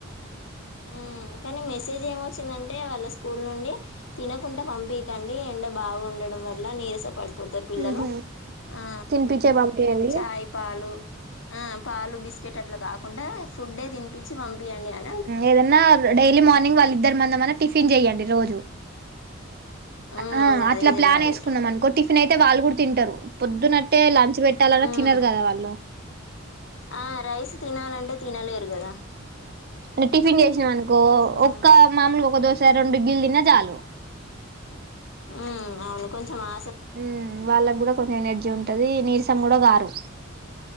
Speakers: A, on the left (about 65°); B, on the right (about 50°).
A: మ్మ్ కానీ మెసేజ్ ఏమొచ్చిందంటే వాళ్ళ స్కూల్ నుండి తినకుండా పంపీకండి ఎండ బాగుండడం వల్ల నీరస పడు పోతా <inaudible> రు పిల్లలు
B: ఉహు
A: ఆ
B: తినిపించే పంపియండి
A: చాయ్ పాలు ఆ పాలు బిస్కెట్ అట్ల కాకుండా ఫుడే తినిపించి పంపియండి అన
B: ఏదన్నా డైలీ మార్నింగ్ వాళ్ళు ఇద్దరు మందమని టిఫిన్ చెయ్యండి రోజు
A: ఉమ్
B: ఆ
A: అదే
B: అట్లా
A: చేయాలి
B: ప్లాన్ వేసుకున్నాం అనుకో టిఫెన్ అయితే వాళ్ళు గూడ తింటరు పొద్దునట్టే లంచ్ పెట్టాలన్న
A: ఉమ్
B: తినరు కదా వాళ్ళు
A: ఆ రైస్ తినాలంటే తినలేరు కదా
B: న్ టిఫన్ జేష్న అన్ కో
A: ఉమ్
B: ఒక్క మామూలు ఒక దోస్ స రెండు ఇడ్లీలు దిన్న జాలు
A: ఉ అవును కొంచెం ఆ
B: ఉ వాళ్ళకు గూడా కొంచెం ఎనర్జీ ఉంటది నీర్స్ సం గూడా గారు